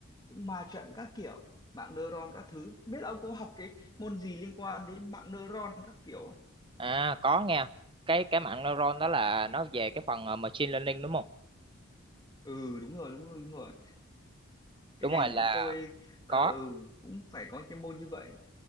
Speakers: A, on the left; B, on the right.
A: cũng ma trận các kiểu mạng neuron các thứ Không biết ông có học cái môn gì liên quan đến mạng neuron các kiểu không?
B: à có nghe cái cái mạng neuron đó là nó về cái phần à, machine learning đúng không
A: ừ đúng rồi đúng rồi đúng rồi cái
B: đúng
A: ngành
B: rồi
A: của
B: là
A: bọn tôi ờ,
B: có
A: ừ, cũng phải có cái môn như vậy